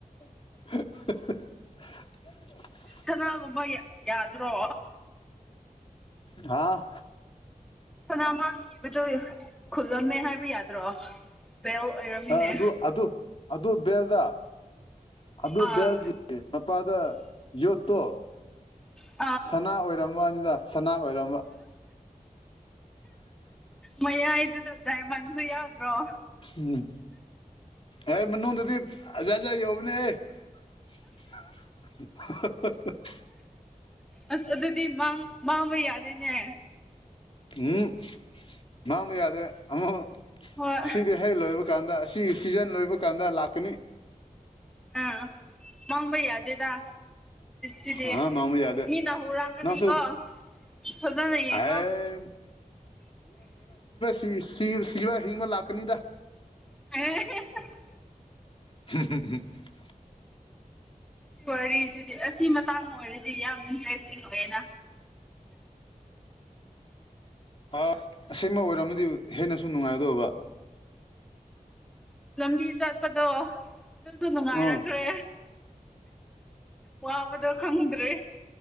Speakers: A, on the left; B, in the centre.
A: <unintelligible>
B: ꯁꯅꯥꯒꯨꯝꯕ ꯌꯥꯗ꯭ꯔꯣ
A: ꯍꯥꯥ
B: ꯁꯅꯥꯃꯥꯡ ꯊꯤꯕꯗꯣ ꯈꯨꯜꯂꯝꯃꯦ ꯍꯥꯏꯕ ꯌꯥꯗ꯭ꯔꯣ ꯕꯦꯜ ꯑꯣꯏꯔꯝꯃꯤꯅꯦ
A: ꯑꯗꯨ ꯑꯗꯨ ꯑꯗꯨ ꯕꯦꯜꯗ ꯑꯗꯨ
B: ꯑꯥ
A: ꯕꯦꯜꯒꯤ ꯃꯄꯥꯗ ꯌꯣꯠꯇꯣ
B: ꯎ
A: ꯁꯅꯥ ꯑꯣꯏꯔꯝꯕꯅꯤꯗ ꯁꯅꯥ ꯑꯣꯏꯔꯝꯕ
B: ꯃꯌꯥ ꯏꯗꯨꯗ ꯗꯥꯏꯃꯟꯁꯨ ꯌꯥꯎꯗ꯭ꯔꯣ
A: ꯎꯝ ꯑꯦ ꯃꯅꯨꯡꯗꯗꯤ ꯑꯖꯖꯥ ꯌꯧꯕꯅꯦ ꯑꯦ <unintelligible>
B: ꯑꯁ ꯑꯗꯨꯗꯤ ꯃꯥꯡ ꯃꯥꯡꯕ ꯌꯥꯗꯦꯅꯦ
A: ꯎꯝ ꯃꯥꯥꯡꯕ ꯌꯥꯗꯦ ꯑꯃ
B: ꯍꯣꯏ
A: ꯑꯁꯤꯗꯤ ꯍꯦꯛ ꯂꯣꯏꯕ ꯀꯥꯟꯗ ꯑꯁꯤ ꯁꯤꯖꯟ ꯂꯣꯏꯕ ꯀꯥꯟꯗ ꯂꯥꯛꯀꯅꯤ
B: ꯑ ꯃꯥꯡꯕ ꯌꯥꯗꯦꯗ ꯁꯤꯗꯤ
A: ꯑꯥ ꯃꯥꯡꯕ ꯌꯥꯗꯦ
B: ꯃꯤꯅ ꯍꯨꯔꯥꯡꯒꯅꯤꯀꯣ
A: ꯅꯪꯁꯨ
B: ꯐꯖꯅ ꯌꯦꯡꯉꯣ
A: ꯑꯦ ꯁꯤ ꯁꯤ ꯁꯤꯋꯥ ꯍꯤꯡꯕ ꯂꯥꯛꯀꯅꯤꯗ
B: <unintelligible>
A: <unintelligible>
B: ꯁꯤ ꯋꯥꯔꯤꯁꯤꯗꯤ ꯑꯁꯤ ꯃꯇꯥꯡ ꯑꯣꯏꯔꯗꯤ ꯌꯥꯝ ꯏꯟꯇꯔꯦꯁꯇꯤꯡ ꯑꯣꯏꯌꯦꯅ
A: ꯑ ꯑꯁꯦꯡꯕ ꯑꯣꯏꯔꯝꯃꯗꯤ ꯍꯦꯟꯅꯁꯨ ꯅꯨꯡꯉꯥꯏꯗꯣꯏꯕ
B: ꯂꯝꯕꯤ ꯆꯠꯄꯗꯣ ꯑꯗꯨꯁꯨ ꯅꯨꯡꯉꯥꯏꯔꯛꯈ꯭ꯔꯦ
A: ꯑꯥ
B: ꯋꯥꯕꯗꯣ ꯈꯪꯗ꯭ꯔꯦ